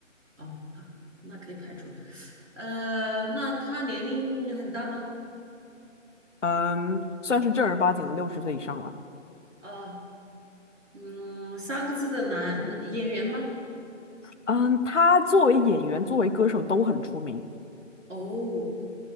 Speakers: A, on the right (about 70°); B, on the left (about 65°).
A: 哦，好，那可以排除。呃，那他年龄很大吗？
B: 嗯，算是正儿八经的六十岁以上了，
A: 呃，嗯，三个字的男演员吗？
B: 嗯，他作为演员，作为歌手都很出名，
A: 哦，